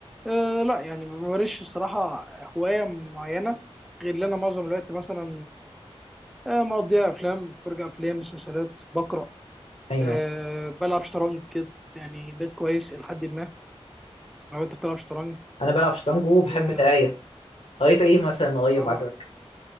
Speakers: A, in the centre; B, on the left.
A: أه لا يعني ما بمارسش الصراحه هوايه معينه غير ان انا معظم الوقت مثلا أه مقضيها افلام بتفرج افلام مسلسلات بقرا
B: ايوه
A: أه بلعب شطرنج كده يعني بيت كويس لحد ما لو انت بتلعب شطرنج
B: انا بلعب شطرنج وبحب
A: اه
B: القرايه قريت ايه مثلا قريب
A: آه،
B: عجبك